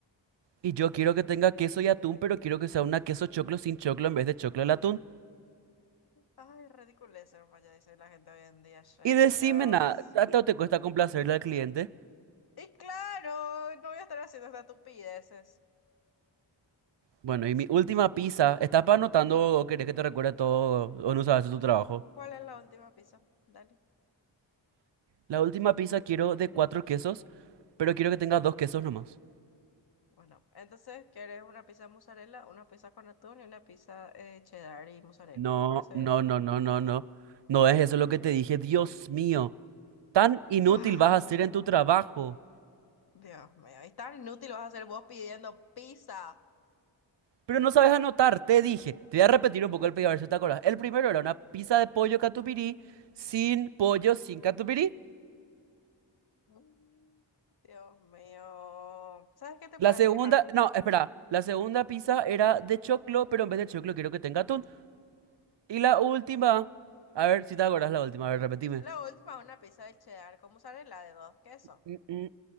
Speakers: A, on the right; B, on the left.
A: Y yo quiero que tenga queso y atún, pero quiero que sea una queso choclo sin choclo en vez de choclo al atún.
B: Ay, ridiculez, hermano, ya dice la gente hoy en día, che,
A: Y decime
B: Dios.
A: nada, ¿tanto te cuesta complacerle al cliente?
B: Y claro, no voy a estar haciendo estas estupideces.
A: Bueno, y mi última pizza, ¿estás pa' anotando o querés que te recuerde todo o no sabes tu trabajo?
B: ¿Cuál es la última pizza? Dale.
A: La última pizza quiero de cuatro quesos, pero quiero que tenga dos quesos nomás.
B: Bueno, entonces, ¿quieres una pizza de mozzarella, una pizza con atún y una pizza eh, cheddar y mozzarella?
A: No,
B: ¿Le parece
A: no,
B: bien?
A: no, no, no, no. No es eso lo que te dije, Dios mío. Tan inútil
B: Ay,
A: vas a ser en tu trabajo.
B: Dios mío, es tan inútil vas a ser vos pidiendo pizza.
A: Pero no sabes anotar, te dije. Te voy a repetir un poco el pedido a ver si te acordás. El primero era una pizza de pollo catupirí sin pollo, sin catupirí.
B: Mm, Dios mío. ¿Sabes qué te
A: La
B: puedes
A: segunda,
B: quejar?
A: no, espera. La segunda pizza era de choclo, pero en vez de choclo quiero que tenga atún. Y la última, a ver si te acordás la última, a ver, repetime.
B: La última una pizza de cheddar con mozzarella de dos quesos.
A: Mm, mm,